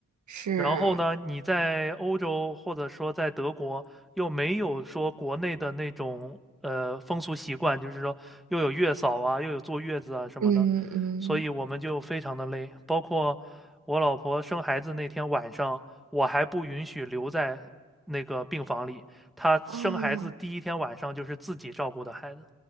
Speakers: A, on the right; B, in the centre.
A: 是，
B: 然后呢，你在欧洲或者说在德国又没有说国内的那种呃风俗习惯，就是说又有月嫂啊，又有坐月子啊什么的，
A: 嗯嗯，
B: 所以我们就非常的累。包括我老婆生孩子那天晚上，我还不允许留在那个病房里，她生孩子第一天晚上就是自己照顾的孩子，
A: 哦，